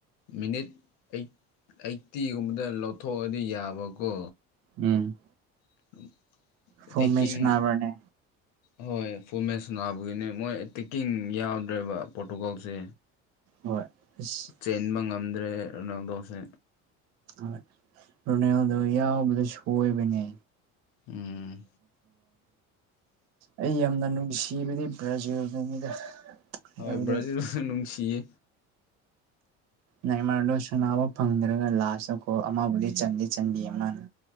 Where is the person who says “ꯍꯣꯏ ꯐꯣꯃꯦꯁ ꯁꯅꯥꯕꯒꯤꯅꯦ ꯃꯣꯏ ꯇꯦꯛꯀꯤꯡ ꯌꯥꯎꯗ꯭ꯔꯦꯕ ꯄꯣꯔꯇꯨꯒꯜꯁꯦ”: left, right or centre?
Left